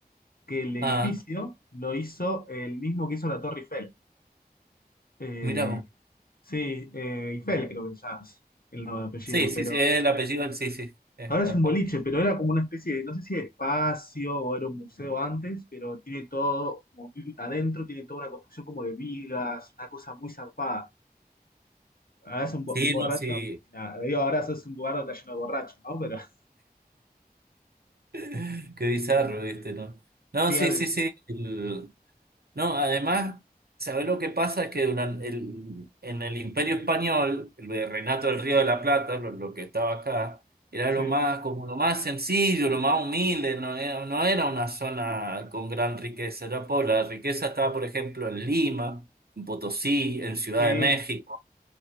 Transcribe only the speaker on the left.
que el edificio
lo hizo el mismo que hizo la Torre Eiffel. Eh,
sí, eh, Eiffel creo que se llama el nombre de apellido,
pero
ahora
es un
boliche, pero era como una especie de, no sé si de espacio o era un museo antes, pero tiene todo, como vi- adentro tiene toda una construcción como de vigas, una cosa muy zarpada. ahora es un bo-
borracho
y nada. Digo, ahora es un lugar donde está lleno de borrachos, ¿no? Pero <laughs>
sí,
ahora-
sí,
sí,